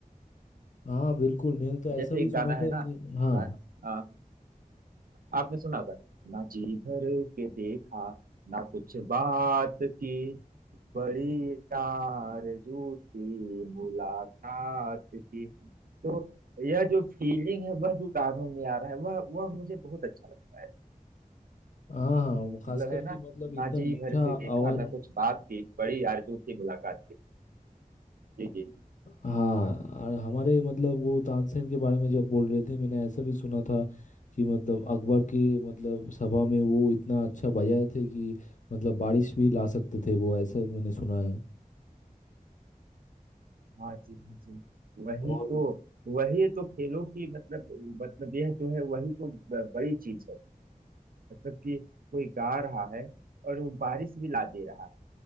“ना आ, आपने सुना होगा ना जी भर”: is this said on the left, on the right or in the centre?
Right